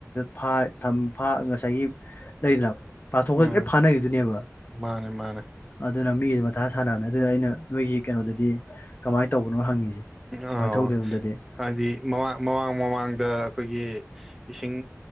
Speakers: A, on the left; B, in the centre.
A: ꯐꯥ ꯊꯝ ꯉꯥ ꯉꯥꯈꯩꯗꯣ ꯉꯁꯥꯏꯒꯤ ꯂꯩꯗꯅ ꯄꯥꯊꯣꯛꯄꯈꯔꯗꯤ
B: ꯎꯝ
A: ꯂꯣꯏ ꯐꯥꯅꯒꯤꯗꫭꯏꯅꯦꯕ
B: ꯃꯥꯅꯦ ꯃꯥꯅꯦ
A: ꯑꯗꯨꯅ ꯃꯤꯗꯤ ꯃꯊꯥ ꯁꯥꯟꯅꯕꯅꯦ ꯑꯗꯨꯅ ꯑꯩꯅ ꯅꯣꯏꯒꯤ ꯀꯩꯅꯣꯗꯗꯤ ꯀꯃꯥꯏꯅ ꯇꯧꯕꯅꯣ ꯍꯪꯉꯤꯁꯦ
B: ꯑ
A: ꯋꯥꯏꯊꯧꯗꯔꯣꯝꯗꯗꯤ
B: ꯍꯥꯏꯗꯤ ꯃꯃꯥꯡ ꯃꯃꯥꯡꯗ ꯑꯩꯈꯣꯏꯒꯤ ꯏꯁꯤꯡ